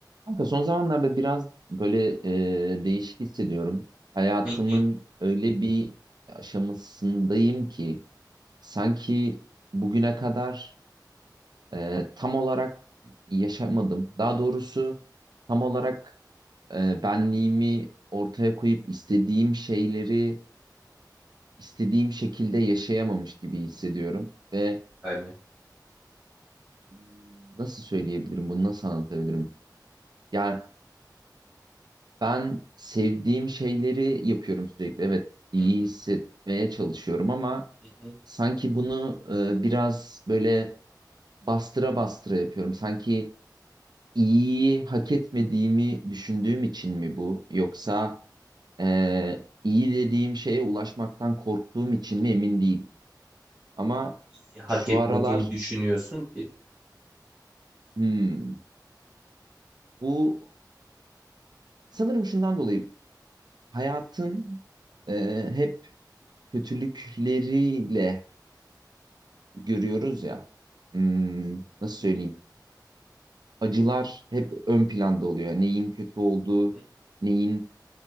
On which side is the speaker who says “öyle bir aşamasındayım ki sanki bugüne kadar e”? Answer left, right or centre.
Right